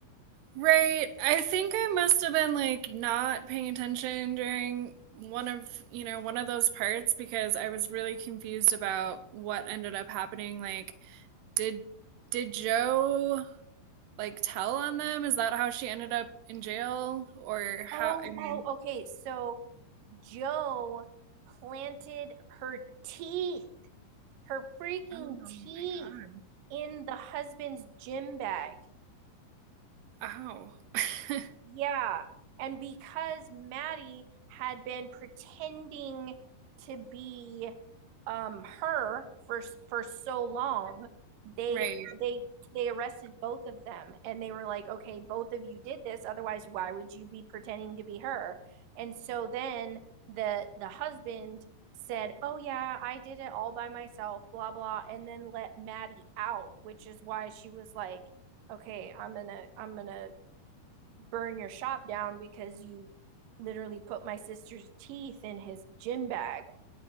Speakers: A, on the right (about 85°); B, on the right (about 65°).
A: Right. I think I must have been like not paying attention during one of, you know, one of those parts because I was really confused about what ended up happening. Like, did did Joe like tell on them? Is that how she ended up in jail? Or how
B: Oh,
A: I mean,
B: oh, okay. So Joe planted her teeth, her freaking
A: oh
B: teeth
A: my God.
B: in the husband's gym bag.
A: Ow. <laughs>
B: Yeah. And because Maddie had been pretending to be um her for for so long, they
A: Right.
B: they they arrested both of them and they were like, "Okay, both of you did this. Otherwise, why would you be pretending to be her?" And so then the the husband said, "Oh yeah, I did it all by myself, blah blah," and then let Maddie out, which is why she was like, "Okay, I'm gonna I'm gonna burn your shop down because you literally put my sister's teeth in his gym bag